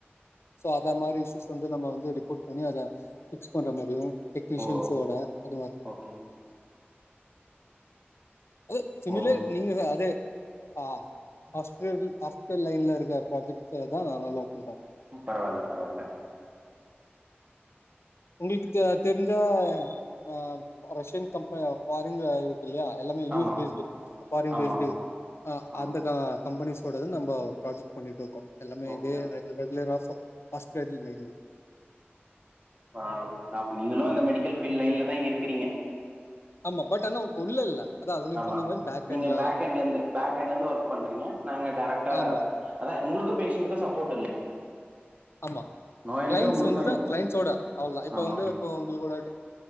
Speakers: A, on the left; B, on the right.
A: சோ அதே மாதிரி இ்யூஸ் வந்து நம்ம வ ரிப்போட் பண்ணி அத பிக்ஸ் பண்ற மாரியு டெக்னிஷயன்சோட
B: ஓ
A: அது மார்
B: ஓகே
A: ஒ சிமிலேர்
B: ஓ
A: நீங்க அதே ஆ ஹாஸ்பிடல் ஹாஸ்பிடல் லைன்ல இருக்க ப்ராஜெக்ட்ஸ்ச தா நா லவ் பண்ற
B: பரவாயில்ல பரவாயில்ல
A: உங்களுக்கு த தெரிஞ்சா மாப் ரஷ்யன் கம்பெனி ஆஃப் பாரின்ல இரு இல்லையா எல்லாமே யூஸ்டு
B: ஆமா
A: பேஸ்டு ஃபாரின்
B: ஆமா
A: பேஸ்ட் ஆ
B: ஆமா
A: அந்த கா கம்பெனிஸ்யோத நம்பாவ் ப்ராஜெக்ட் பண்ணிட்டு இருக்கோ எல்லாமே
B: ஓகே
A: இதே ரெகு ரெகுலரா சோ ஆஸ்பேடி லைன்ல
B: ப்ராப்ளம்பன்னா அப்ப நீங்களு அந்த மெடிக்கல்பீல்டு லைன்ல தா இருக்கிறீங்க
A: ஆமா பட் ஆனா உள்ள இல்ல அதா அது நீங்க
B: ஆமா
A: சொன்ன மாரி
B: நீங்க
A: எண்ட்ல
B: பேக்
A: தா
B: எண்டலிருந்து பேக்ண்ட்ல இருந்து ஒர்க் பண்றீங்க நாங்க டைரக்டா
A: ஆமா
B: அதா உங்களுக்கு பேஷன்க்கு சப்போர்ட் இல்ல
A: ஆமா
B: நோயாளிக்கு
A: கிளைண்ஸ்
B: உங்களுக்கு
A: வந்துதா
B: எந்த
A: கிளைண்ஸ்சோட அவ்ளா இப்ப
B: ஆமா
A: வந்து இப்ப உங்கள் கூட அட்டே